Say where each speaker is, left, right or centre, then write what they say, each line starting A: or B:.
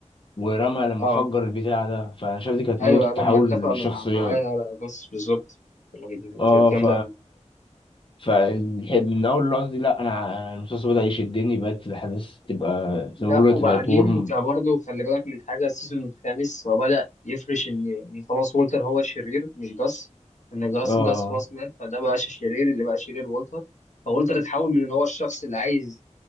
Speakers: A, on the left; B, on the left.
A: ورمى لما
B: أه
A: فجر البتاع ده فأنا شايف دي كانت
B: أيوه
A: نقطة
B: لما
A: تحول
B: اتفق مع
A: الشخصيات
B: معايا على بس بالظبط يعني
A: اه
B: كانت جامدة
A: ف
B: أوي
A: ف من أول اللحظة دي لأ أنا المسلسل بدأ يشدني بقت الأحداث تبقى زي
B: لا
A: ما بيقولوا
B: وبعدين
A: تبقى ورم
B: انت برضه خلي بالك من حاجه السيزون الخامس هو بدأ يفرش ان ان خلاص وولتر هو الشرير مش جاس ان جاس
A: اه
B: جاس خلاص مات فده بقاش الشرير اللي بقى شرير وولتر فولتر اتحول من ان هو الشخص اللي عايز